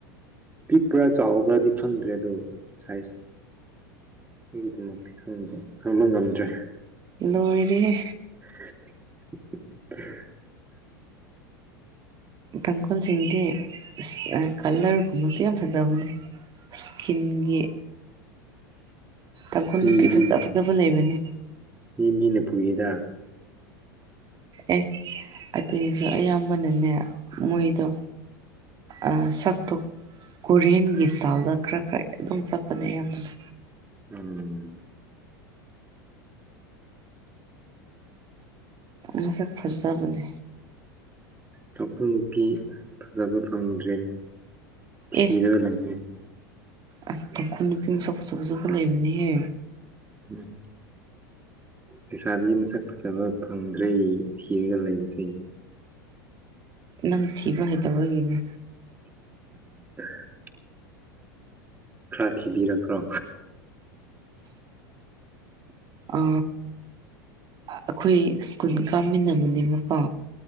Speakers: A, on the right; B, on the right.
A: ꯄꯤꯛꯄ꯭ꯔꯥ ꯆꯥꯎꯕ꯭ꯔꯥꯗꯤ ꯈꯪꯗ꯭ꯔꯦꯗꯣ ꯁꯥꯏꯖ <unintelligible> ꯉꯝꯗ꯭ꯔꯦ
B: ꯂꯣꯏꯔꯦꯍꯦ
A: <inaudible>
B: ꯇꯥꯡꯈꯨꯜꯁꯤꯡꯗꯤ ꯑꯁ ꯀꯜꯂ꯭ꯔꯒꯨꯝꯕꯁꯤ ꯌꯥꯝ ꯍꯥꯔꯥꯎꯅꯤ ꯏꯁꯀꯤꯟꯒꯤ ꯇꯥꯡꯈꯨꯜ
A: ꯃꯤ
B: ꯅꯨꯄꯤ
A: ꯃꯤꯅ
B: ꯐꯖ ꯐꯖꯕ ꯂꯩꯕꯅꯦ
A: ꯃꯤ ꯃꯤꯅ ꯄꯨꯌꯦꯗ
B: ꯑꯦ ꯑꯗꯨꯑꯣꯏꯖꯨ ꯑꯌꯥꯝꯕꯅꯅꯦ ꯃꯣꯏꯗꯣ ꯑ ꯁꯛꯇꯣ ꯀꯣꯔꯤꯌꯟꯒꯤ ꯏꯁꯇꯥꯏꯜꯗ ꯈꯔ ꯈꯔ ꯑꯗꯨꯝ ꯆꯠꯄꯅꯦ ꯑꯌꯥꯝꯕꯅ
A: ꯎꯝ
B: ꯃꯁꯛ ꯐꯖꯕꯅꯦ
A: ꯇꯥꯡꯈꯨꯜꯅꯨꯄꯤ ꯐꯖꯕ ꯐꯪꯗ꯭ꯔꯦꯅꯦ ꯊꯤꯔꯒ
B: ꯑꯦ
A: ꯂꯩꯔꯦ
B: ꯑꯁ ꯇꯥꯡꯈꯨꯜ ꯅꯨꯄꯤ ꯃꯁꯛ ꯐꯖꯐꯖꯕ ꯂꯩꯕꯅꯦꯍꯦ
A: ꯎꯝ ꯂꯩꯩꯁꯥꯕꯤ ꯃꯁꯛ ꯐꯖꯕ ꯐꯪꯗ꯭ꯔꯦ ꯊꯤꯔꯒ ꯂꯩꯕꯁꯦ
B: ꯅꯪ ꯊꯤꯕ ꯍꯩꯇꯕꯒꯤꯅꯦ
A: <unintelligible> ꯈꯔ ꯊꯤꯕꯤꯔꯛꯈ꯭ꯔꯣ <inaudible>
B: ꯑ ꯑꯩꯈꯣꯏ ꯁ꯭ꯀꯨꯜ ꯀꯥꯃꯤꯟꯅꯕꯅꯦꯕꯀꯣ